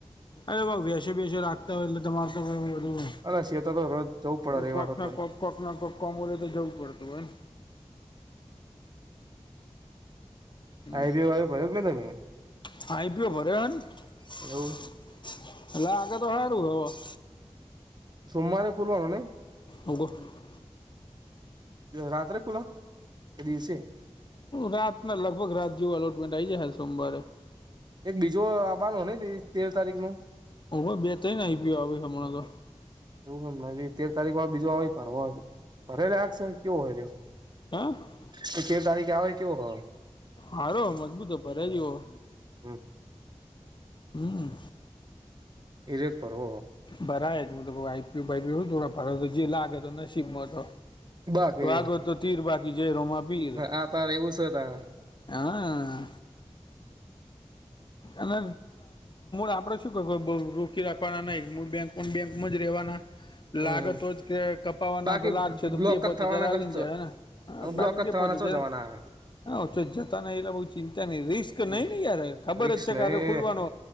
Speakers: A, on the left; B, on the right.
A: હ અરે ભ વસે બેસે રાખતા હોય એટલે તમાર તો બધું
B: અ સે તો તો રોજ જવું પડે ર એવાતો
A: કોક ના કોક
B: હોય
A: કોક ના કોઈ કમ હોલેય તો જું પડતુ હોને હમ્મ
B: હાઈવે વાઈવે ભર્યો કે નઈ તમે
A: થાઈ પીયો <unintelligible>
B: એવું
A: હલે આગે તો હો રું હ
B: સોમવારે ખુલવાનો ને
A: <unintelligible>
B: રાત્રે કુલે દિવસે
A: રાત ના લગભગ રાત જેવું અલોટમેન્ટ આ આવી જાય હ સોમવારે
B: એક બીજો આભાર ન હો ને તેર તારીખ નું
A: ઓવે બે થયને આવી ગયો આવે હમણાં તો
B: એવું તેર તારીખ બીજું આવે ફરવા ફરે આ છે કેવો હોય રહ્યો
A: હે <inaudible>
B: તો તેર તારીખે આવે કેવો હોય
A: હારો મજબૂતો પર્યા જોયો
B: હમ્મ
A: હમ્મ
B: ઈરેખ પર્વ
A: ભરાય જ હ તો આઈપી ભરયુ થોડ ફ તો જે લાગે તો નબ મો તો
B: બાકી
A: તો આગો તો તીર બાકી જયરોમાં પીર
B: આ તાર એવું છે તાર
A: હા અને આપડે શું ક રોકી રાખવાના નહી બેંક પણ બેં એમજ રહેવાના લાગતો
B: હમ
A: જ કે કપાવાના
B: બાકી
A: તો લાગશે તો
B: બ્લોક
A: બે પોચે
B: જ થવાના
A: જરા
B: કશું
A: લને જ હેને હ બાકી
B: બ્લોક જ
A: બે
B: થવાના
A: પહોંચે
B: છો
A: છે
B: જવાના
A: હા તો જતા ન એટલે બ ચિંતા નહ રિસ્ક
B: હમ
A: નહી નહ યાર ખબર
B: રિક્સ
A: જ છે
B: નહી
A: ક ખુલવાનો